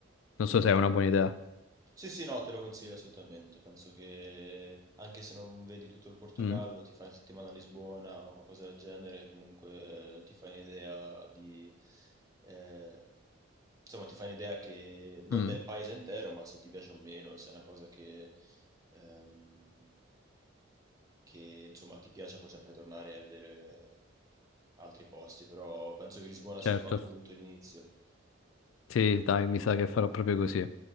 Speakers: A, on the left; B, on the right.
A: Non so se è una buona idea.
B: Sì, sì, no, te lo consiglio assolutamente. Penso che anche se non vedi tutto il Portogallo,
A: Mm.
B: ti fai una settimana a Lisbona o qualcosa del genere, comunque ti fai un'idea di... eh, insomma, ti fai un'idea che non
A: Mm,
B: del paese intero, ma se ti piace o meno, se è una cosa che, ehm, che insomma ti piace puoi sempre tornare a vedere altri posti, però penso che Lisbona
A: certo.
B: sia un ottimo punto di inizio.
A: Sì, dai, mi sa che farò proprio così.